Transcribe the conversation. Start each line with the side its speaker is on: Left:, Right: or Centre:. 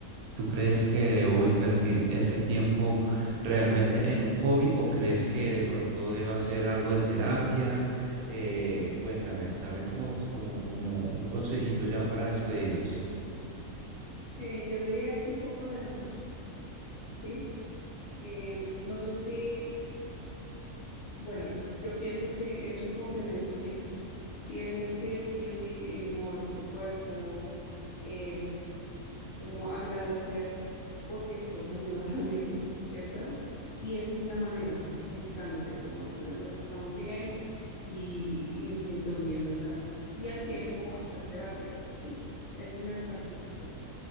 Right: ¿Tú crees que debo invertir ese tiempo realmente en un hobby o crees que de pronto debo hacer algo de terapia? Eh, cuéntame, dame como, como, como un consejito ya para despedirnos.
Left: Eh, yo diría que un poco de ambos, ¿sí? Em, no sé si, bueno, yo pienso que es un complemento, ¿sí? Tienes que sí o sí eh, mover tu cuerpo, eh, como agradecer porque estás saludable, <laughs> ¿cierto? Y esa es una manera, ejercitándose, como diciendo al cuerpo estamos bien y, y me siento bien, ¿verdad? Y al tiempo hacer terapia, ¿sí? Eso me parece importante.